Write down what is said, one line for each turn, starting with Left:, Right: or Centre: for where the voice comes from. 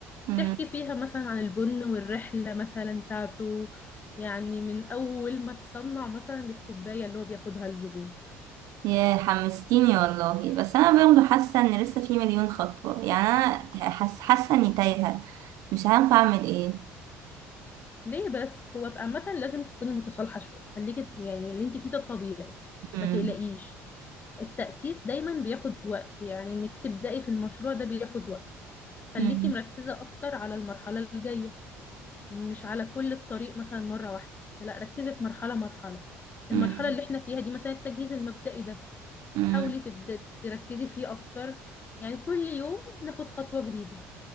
Right: مم.
Left: تحكي فيها مثلا عن البن والرحلة مثلا بتاعته يعني من أول ما تصنع مثلا للكوباية اللي هو بياخدها الزبون
Right: يا حمستيني والله بس انا برضه حاسه ان لسه في مليون خطوه يعني انا حاسه حاسه اني تايهه مش عارفه اعمل ايه
Left: ليه بس هو عامة لازم تكوني متصالحة شوية خليكي يعني اللي انت فيه ده طبيعي
Right: مم.
Left: ما تقلقيش التأسيس دايما بياخد وقت يعني انك تبدأي في المشروع ده بياخد وقت خليكي
Right: مم.
Left: مركزة أكتر على المرحلة الجاية مش على كل الطريق مثلا مرة واحدة لا ركزي في مرحلة مرحلة
Right: مم.
Left: المرحلة اللي احنا فيها دي مثلا التجهيز المبدئي ده
Right: مم.
Left: حاولي تبدأ تركزي فيه أكتر يعني كل يوم ناخد خطوة جديدة